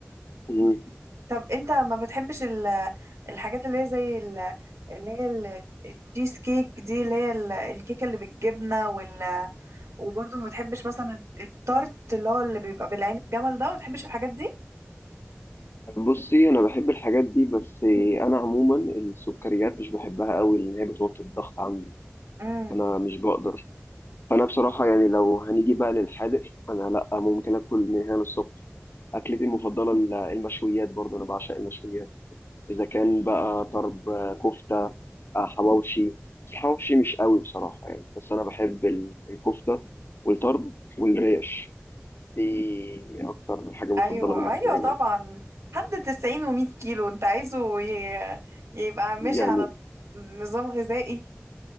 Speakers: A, on the left; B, on the right.
A: بي...
B: طب انت ما بتحبش ال- الحاجات اللي هي زي ال- اللي هي ال- التشيز كيك دي اللي هي ال- الكيكة اللي بالجبنة وال... وبرضه ما بتحبش مثلا التارت اللي هو اللي بيبقى بالعين الجمل ده ما بتحبش الحاجات
A: بصي انا بحب الحاجات دي بس انا عموما السكريات مش بحبها قوي لان هي بتوطي الضغط عندي
B: دي
A: فانا مش بقدر فانا بصراحه يعني لو هنيجي بقى للحادق انا لا ممكن اكل من هنا للصبح اكلتي المفضله ال- المشويات برضه انا بعشق المشويات اذا كان بقى طرب آه، كفته آه، حواوشي بس الحواوشي مش قوي بصراحه يعني بس انا بحب ال- الكفته والطرب والريش دي اكتر حاجه مفضله
B: ايوه
A: بالنسبه
B: ايوه
A: لي
B: طبعا
A: برضه
B: حد 90 و100 كيلو انت عايزه ي- يبقى ماشي
A: يعني
B: على نظام غذائي